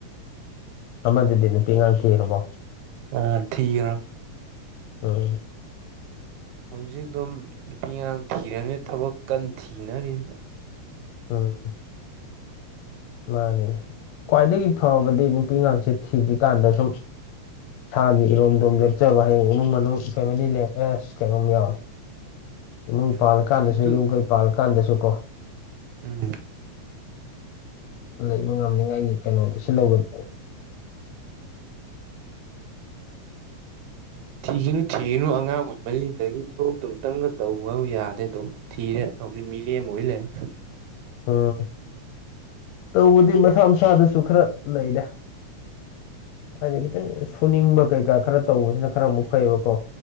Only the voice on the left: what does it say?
ꯑꯃꯗꯨꯗꯤ ꯅꯨꯄꯤ ꯑꯉꯥꯡ ꯊꯤꯔꯕꯣ
ꯎꯝ
ꯎꯝ ꯃꯥꯅꯤ ꯈ꯭ꯋꯥꯏꯗꯒꯤ ꯐꯕꯗꯤ ꯅꯨꯄꯤ ꯉꯥꯛꯁꯦ ꯊꯤꯗ꯭ꯔꯤꯀꯥꯟꯗ ꯁꯨꯝ ꯏꯁꯥꯒꯤ ꯏꯔꯣꯝꯗꯣꯝ ꯂꯦꯞꯆꯕ ꯍꯌꯦꯡ ꯏꯃꯨꯡ ꯃꯅꯨꯡ ꯐꯦꯃꯤꯂꯤ ꯂꯦꯛ ꯑꯦꯁ ꯀꯩꯅꯣꯝ ꯌꯥꯎꯔꯦ ꯏꯃꯨꯡ
ꯄꯥꯜꯂꯀꯥꯟꯗꯁꯨ
ꯌꯨꯝ ꯀꯩ ꯄꯥꯜꯂꯀꯥꯟꯗꯁꯨ ꯀꯣ
ꯂꯩꯕ ꯉꯝꯅꯤꯉꯥꯏꯒꯤ ꯀꯩꯅꯣꯗꯨꯁꯨ ꯁꯤꯟꯂꯧꯒꯗꯧꯅꯤ <unintelligible>
ꯎꯝ ꯇꯧꯕꯗꯤ ꯃꯁꯥ ꯃꯁꯥꯗꯁꯨ ꯈꯔ ꯂꯩꯗ ꯍꯥꯏꯗꯤ ꯈꯤꯇꯪ ꯁꯨꯅꯤꯡꯕ ꯀꯩꯀꯥ ꯈꯔ ꯇꯧꯕꯁꯤꯅ ꯈꯔ ꯑꯃꯨꯛ ꯐꯩꯌꯦꯕꯀꯣ